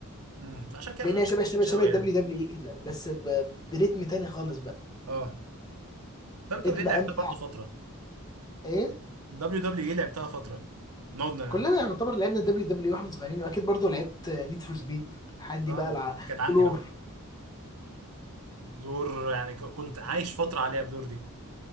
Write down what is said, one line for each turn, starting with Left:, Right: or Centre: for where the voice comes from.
Right: امم فعشان كده
Left: لان
Right: مش
Left: هي شبه شبه
Right: مش
Left: شبه
Right: قوي
Left: الدبليو
Right: يعني
Left: دبليو اي كده بس ب- بريتم تاني خالص بقى
Right: اه دبليو دبليو
Left: ريتم
Right: اي لعبتها
Left: امتع
Right: برضه فتره
Left: ايه
Right: دبليو دبليو ايه لعبتها فترة نقعد ن-
Left: كلنا يعتبر لعبنا الدبليو دبليو اي واحنا صغيرين واكيد برضو لعبت نيد فور سبيد لحد
Right: آه،
Left: بقى الع...
Right: دي كانت عندي
Left: بلور
Right: بقى بلور يعني ك- كنت عايش فترة عليها بلور دي